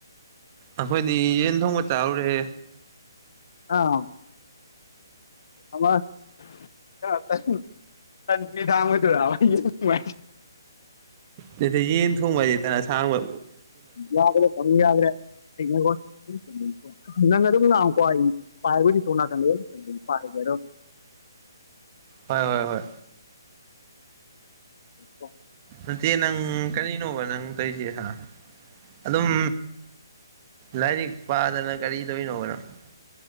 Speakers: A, on the right; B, on the left.
A: ꯑꯈꯣꯏꯗꯤ ꯌꯦꯟ ꯊꯣꯡꯕ ꯆꯥꯎꯔꯦ꯫
B: ꯑꯥ ꯑꯃ꯫ ꯀꯥ ꯇꯟꯅꯨ ꯅ ꯅꯨꯃꯤꯗꯥꯡ ꯑꫭꯏꯗꫭꯏꯔꯕ ꯌ‌ꯦꯟ ꯊꫭꯡꯕ ꯍꯥꯏꯁꯤ꯫
A: ꯇ‌ꯦ ꯇ‌ꯦ ꯌꯦꯟ ꯊꫭꯡꯕ ꯍꯥꯏꯁ‌ꯦ ꯇꯟꯑꯁꯥꯡꯕ꯫
B: ꯌꯥꯗ꯭ꯔ‌ꯦ ꯇꯥꯃꫭ ꯌꯥꯗ꯭ꯔ‌ꯦ ꯑꯩꯒꯤ ꯑꫭꯏ꯫ ꯅꯪ ꯑꯗꯨꯝ ꯉꯥꯡꯉꯨꯀꫭ ꯄꯥꯏꯕꯕꯨꯗꯤ ꯁꫭꯝꯅꯀꯟꯗ ꯄꯥꯏꯒ‌ꯦ ꯑꯗꯨꯝ꯫ ꯫
A: ꯍꯣꯏ ꯍꯣꯏ ꯍꯣꯏ꯫
B: ꯫
A: ꯅꯠꯇꯦ ꯅꯪ ꯀꯔꯤꯅꯣꯕ ꯅꯪ ꯇꯧꯁꯦ ꯍꯥ ꯑꯗꯨꯝ꯫ ꯂꯥꯏꯔꯤꯛ ꯄꯥꯗꯅ ꯀꯔꯤ ꯇꫭꯏꯅꫭꯕ ꯅꯪ ꯫